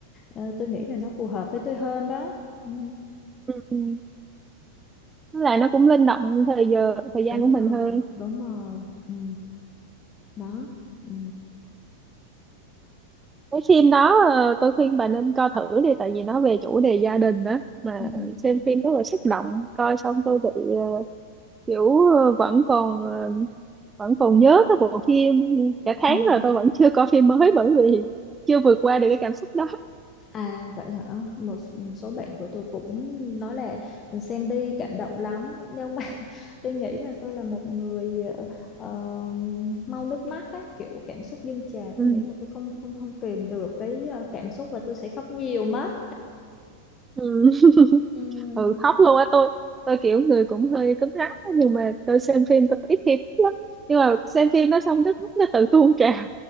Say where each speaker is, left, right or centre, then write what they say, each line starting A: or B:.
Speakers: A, on the left; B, on the right.
A: ờ, tôi nghĩ là nó phù hợp với tôi hơn đó. Ừ,
B: ừ. ừ. Với lại nó cũng linh động thời giờ thời gian
A: đúng
B: của mình
A: rồi,
B: hơn
A: đúng rồi. Ừ, đó. Ừ.
B: cái phim đó ờ, tôi khuyên bà nên coi thử đi tại vì nó về chủ đề gia đình đó mà
A: Ừ.
B: xem phim rất là xúc động coi xong tôi bị ờ, kiểu ờ, vẫn còn ờ, vẫn còn nhớ cái bộ phim cả tháng
A: Ừ.
B: rồi tôi vẫn chưa coi phim mới bởi vì chưa vượt qua được cái cảm xúc đó
A: À vậy hả? Một s- số bạn của tôi cũng nói là xem đi cảm động lắm nhưng mà <laughs> tôi nghĩ là tôi là một người ờ, mau nước mắt á, kiểu cảm xúc dâng trào,
B: ừ.
A: tôi nghĩ là tôi không không không kìm được cái ờ, cảm xúc và tôi sẽ khóc nhiều mất.
B: Ừ.
A: Ừm.
B: ừ khóc luôn á tôi tôi kiểu người cũng hơi cứng rắn á, nhưng mà tôi xem phim tôi ít khi khóc lắm nhưng mà xem phim nó xong nước mắt nó tự tuôn trào